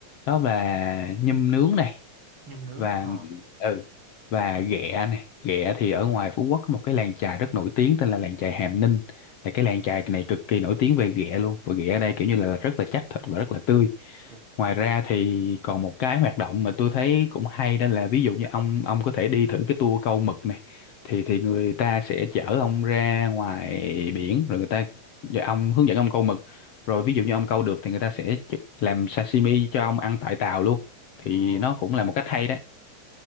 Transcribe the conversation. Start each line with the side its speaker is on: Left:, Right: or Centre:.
Left: đó là nhum nướng này
Right: nhum nướng,
Left: và
Right: ờ,
Left: ừ và Ghẹ này Ghẹ thì ở ngoài Phú Quốc có một cái làng chài rất nổi tiếng tên là làng chài Hàm Ninh là cái làng chài này cực kỳ nổi tiếng về ghẹ luôn và ghẹ ở đây kiểu như là rất là chắc thịt và rất là tươi
Right: ok.
Left: ngoài ra thì còn một cái hoạt động mà tôi thấy cũng hay đó là ví dụ như ông ông có thể đi thử cái tour câu mực này thì thì người ta sẽ chở ông ra ngoài biển rồi người ta và ông hướng dẫn ông câu mực rồi ví dụ như ông câu được thì người ta sẽ ch- làm sashimi cho ông ăn tại tàu luôn thì
Right: Ờ,
Left: nó cũng là một cách hay đó